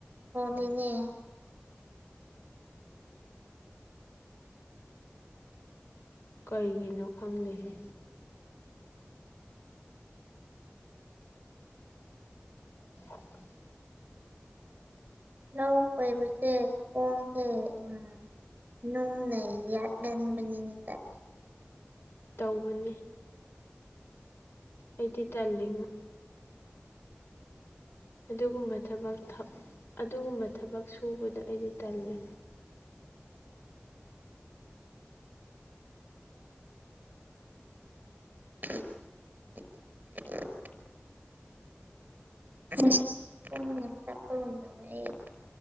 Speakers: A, on the right (about 45°); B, on the left (about 80°).
A: ꯍꯣꯜꯂꯤꯅꯦ
B: ꯀꯩꯒꯤꯅꯣ ꯈꯪꯗꯦꯍꯦ <inaudible>
A: ꯂꯧ ꯀꯣꯏꯕꯁꯦ ꯈꯣꯡꯁꯦ ꯎꯝ ꯅꯣꯡꯅ ꯌꯥꯠꯒꯟꯕꯅꯤꯅꯦ ꯇꯜꯂꯤ
B: ꯇꯧꯕꯅꯤ ꯑꯩꯗꯤ ꯇꯜꯂꯤꯉꯣ ꯑꯗꯨꯒꯨꯝꯕ ꯊꯕꯛ ꯊ ꯑꯗꯨꯒꯨꯝꯕ ꯊꯕꯛ ꯁꯨꯕꯗ ꯑꯩꯗꯤ ꯇꯜꯂꯤ
A: <inaudible> <unintelligible>